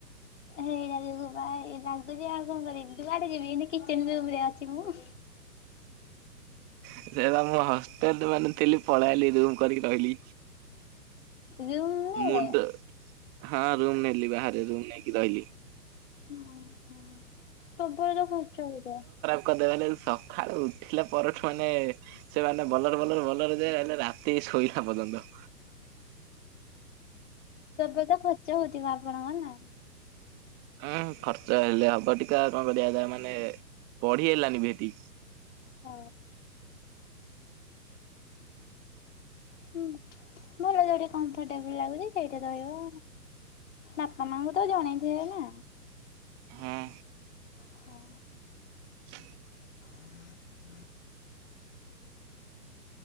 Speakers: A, on the left; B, on the right.
A: ହେଇ ରାଜକୁୁ ବା ଲାଗୁଛି ଆଉ କଣ କରିବି ଦୁଆଡେ ଯିବି କିଚେନ ରୁମରେ ଅଛି ମୁଁ।
B: ସେଟା ମୁଁ ହଷ୍ଟେଲ ମାନ ଥିଲି ପଳେଇଲି ରୁମ କରିକି ରହିଲି
A: ରୁମ୍ ନେଲେ
B: ମୁଣ୍ଡ ହଁ ରୁମ ନେଲିି ବାହାରେ ରୁମ ନେଇକି ରହିଲି।
A: ଓ ହ ପ୍ରବଳ ତ ଖର୍ଚ୍ଚ ହଉଥବ।
B: କଦ ସକାଳୁ ଉଠିଲା ପରଠୁ ମାନେ ସେମାନେ ବଲର ବଲର ବଲର ଯେ ହେଲେ ରାତି ଶୋଇନଲା ପର୍ଯ୍ୟନ୍ତ।
A: ପ୍ରବ ତ ଖର୍ଚ୍ଚ ହଉଥିବ ଆପଣଙ୍କର ନା।
B: ହଁ ଖର୍ଚ୍ଚ ହେଲେ ହବ ଟିକା କଣ କରିବା ଯ ମାନେ ପଢି ହେଲାନି ଭି ସେଠି।
A: ହ। ହୁଁ ଭଲ ଯୋଉଟେ କମ୍ଫର୍ଟେବୁଲ ଲାଗୁଛି ସେଇଟା ରହିବ ବାପା ମାଙ୍କୁ ତ ଜଣେଇଥିବେ ନା।
B: ହୂଂ
A: ହଁ।
B: ହଁ
A: ହୁଁ ହ